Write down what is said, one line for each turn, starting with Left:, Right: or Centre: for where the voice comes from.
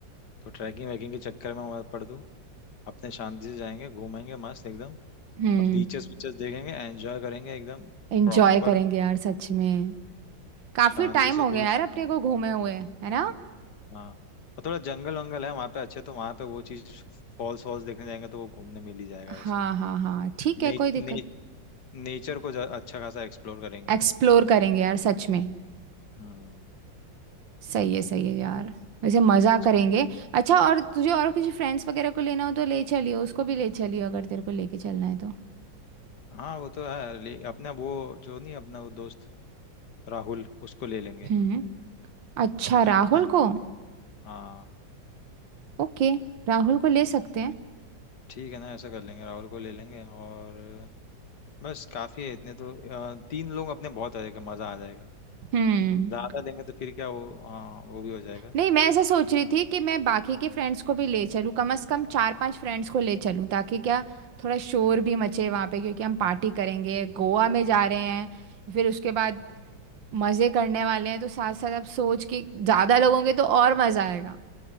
Left: तो ट्रैकिंग वैकिंग के चक्कर में मत पड़ तू अपने शांति से जाएंगे घूमेंगे मस्त एकदम
Right: हम्म
Left: अब बीचेस बीचेस देखेंगे एंजॉय करेंगे एकदम
Right: एंजॉय
Left: प्रॉपर
Right: करेंगे यार सच में काफी
Left: शांति
Right: टाइम
Left: से
Right: हो
Left: थोड़ी
Right: गया यार अपने को घूमे हुए है ना
Left: हाँ और थोड़ा जंगल वंगल है वहाँ पे अच्छे तो वहाँ पे वो चीज फॉल्स वॉल्स देखने जाएंगे तो वो घूमने मिल ही जाएगा
Right: हाँ
Left: वैसे
Right: हाँ हाँ ठीक
Left: ने,
Right: है कोई दिक्कत
Left: ने, नेचर को जा- अच्छा खासा एक्सप्लोर करेंगे
Right: नहीं एक्सप्लोर करेंगे यार सच में
Left: हम्म
Right: सही है सही है यार वैसे मजा करेंगे
Left: समझ गई।
Right: अच्छा और तुझे और किसी फ्रेंड्स वगैरह को लेना हो तो ले चलियो उसको भी ले चलियो अगर तेरे को लेके चलना है तो
Left: हाँ वो तो है ले, अपना वो जो नहीं अपना वो दोस्त राहुल उसको ले लेंगे है
Right: हम्म अच्छा राहुल
Left: ना
Right: को
Left: हाँ
Right: ओके राहुल को ले सकते हैं
Left: ठीक है ना ऐसा कर लेंगे राहुल को ले लेंगे और बस काफ़ी है इतने तो अ, तीन लोग अपने बहुत आ जाएगा मज़ा आ जाएगा
Right: हम्म
Left: ज़्यादा लेंगे तो फिर क्या वो हाँ वो भी हो जाएगा
Right: नहीं मैं ऐसा सोच रही थी कि मैं बाकी के फ्रेंड्स को भी ले चलूँ कम से कम चार पांच फ्रेंड्स को ले चलूँ ताकि क्या थोड़ा शोर भी मचे वहाँ पे क्योंकि हम पार्टी करेंगे गोवा में जा
Left: हम्म।
Right: रहे हैं फिर उसके बाद मज़े करने वाले हैं तो साथ साथ अब सोच कि ज़्यादा लोग होंगे तो और मज़ा आएगा